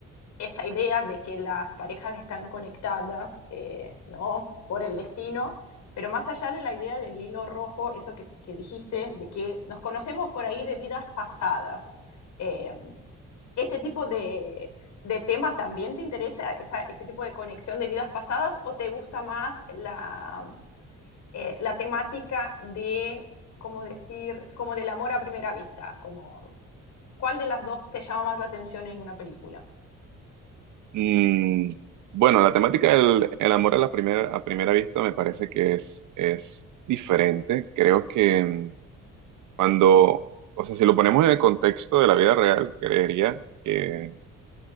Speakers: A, on the left; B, on the right.
A: esa idea de que las parejas están conectadas, eh, ¿no? por el destino, pero más allá de la idea del hilo rojo, eso que, que dijiste, de que nos conocemos por ahí de vidas pasadas. Eh, ¿ese tipo de, de tema también te interesa, esa- ese tipo de conexión de vidas pasadas, o te gusta más la eh, la temática de, como decir, como del amor a primera vista, como cuál de las dos te llama más la atención en una película.
B: Mm, bueno, la temática del el amor a la primera, a primera vista me parece que es, es diferente. Creo que mm, cuando, o sea, si lo ponemos en el contexto de la vida real, creería que